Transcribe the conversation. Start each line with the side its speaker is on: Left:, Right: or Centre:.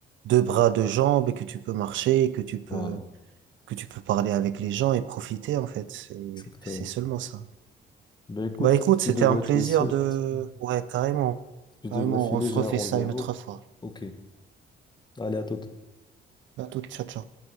Right: deux bras, deux jambes et que tu peux marcher, et que tu peux
Left: voilà,
Right: que tu peux parler avec les gens et profiter en fait. C'est
Left: exactement.
Right: c'est seulement ça.
Left: Ben écoute,
Right: Bah écoute,
Left: tu
Right: c'était
Left: devrais
Right: un plaisir
Left: te laisser
Right: de
Left: parce que
Right: ouais carrément
Left: je devrais
Right: carrément.
Left: filer,
Right: On se
Left: j'ai
Right: refait
Left: un rendez-vous.
Right: ça une autre fois.
Left: Ok, allez à toute.
Right: À toute, ciao ciao.